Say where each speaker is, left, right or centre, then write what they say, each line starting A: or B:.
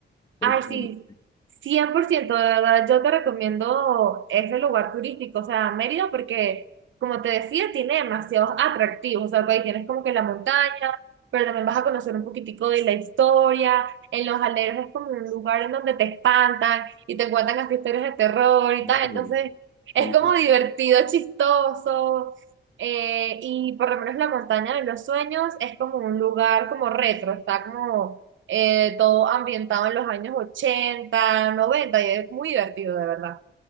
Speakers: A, on the left (about 25°); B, on the right (about 90°).
A: próximamente.
B: Ay, sí, 100%, de verdad, yo te recomiendo ese lugar turístico, o sea, Mérida, porque, como te decía, tiene demasiados atractivos, o sea, pues, ahí tienes como que la montaña, pero también vas a conocer un poquitico de la historia, en Los Aleros es como un lugar en donde te espantan y te cuentan hasta historias de terror y tal,
A: Órale,
B: entonces es
A: qué bien.
B: como divertido, chistoso, eh, y por lo menos la montaña de los sueños es como un lugar como retro, está como eh, todo ambientado en los años 80, 90, y es muy divertido, de verdad.